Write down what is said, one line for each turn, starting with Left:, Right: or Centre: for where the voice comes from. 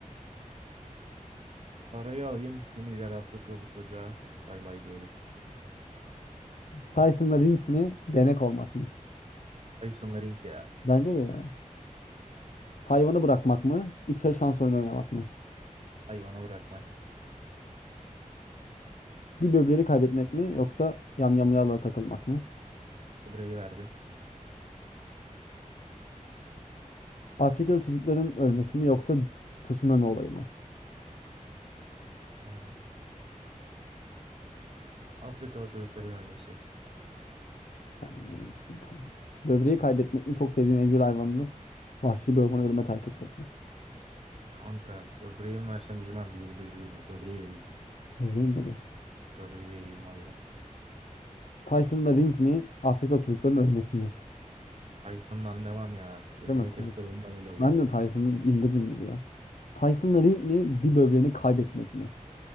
Right: Parayı alayım. Bir milyar Afrika bu çocuğa. Bay bay diyelim.
Left: Tyson'la ring mi? Denek olmak mı?
Right: Ayısın Laring ya.
Left: Bence de yani. Hayvanı bırakmak mı? Üçer şans oyunu oynamak mı?
Right: Hayvana bırakmak.
Left: Bir böbreğini kaybetmek mi? Yoksa yamyamyalara takılmak mı?
Right: Böbreği verdim.
Left: Afrikalı çocukların ölmesi mi? Yoksa tsunami olayı mı?
Right: Aa, Afrikalı çocukların ölmesi.
Left: Vermeymişsin kanka. Böbreği kaybetmek mi? Çok sevdiğin evcil hayvanını vahşi bir ormana ölüme terk etmek mi?
Right: Kanka böbreğimi versem üzülmem. Diğerini de üzülürüm ya. Böbreği vereyim mi?
Left: Böbreği mi veriyor?
Right: Böbreği vereyim valla.
Left: Tyson'da ring mi? Afrika çocuklarının ölmesi mi?
Right: Ayısından devam ya. Gözüme
Left: Değil mi?
Right: kestirdim
Left: Tyson?
Right: ben öyle bu.
Left: Ben de Tyson'ı indirdim gibi ya. Tyson'da ring mi? Bir böbreğini kaybetmek mi?